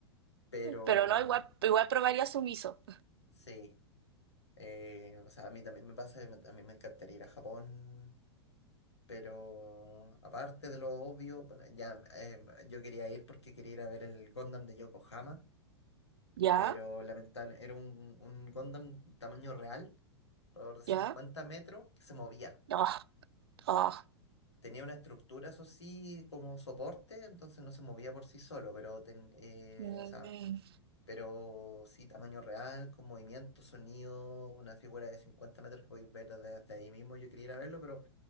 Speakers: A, on the left (about 80°); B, on the right (about 65°).
A: Pero
B: Pero no, igual, igual probaría sumiso.
A: sí. eh, o sea, a mí también me pasa, que a mí me encantaría ir a Japón. Pero aparte de lo obvio, bueno, ya eh, yo quería ir porque quería ir a ver el Gundam de Yokohama
B: ¿Ya?
A: pero lamentable, era un, un Gundam tamaño real, alrededor de 50
B: ¿Ya?
A: metros, que se movía.
B: Ah, ah.
A: Tenía una estructura, eso sí, como soporte, entonces no se movía por sí solo, pero, ten- eh,
B: Mm,
A: o sea, pero sí, tamaño real, con movimiento, sonido, una figura de 50 metros que podéis ver desde ahí mismo. Yo quería ir a verlo, pero